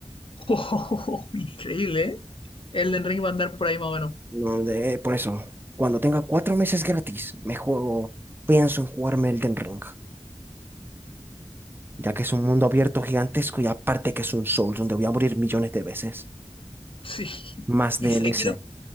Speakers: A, on the left; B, on the right.
A: <laughs> increíble, ¿eh? Elden Ring va a andar por ahí más o menos.
B: No, de- por eso, cuando tenga cuatro meses gratis, me juego, pienso en jugarme Elden Ring. ya que es un mundo abierto gigantesco y aparte que es un Souls donde voy a morir millones de veces.
A: Sí.
B: Más
A: ¿Y
B: DLC.
A: Sekiro?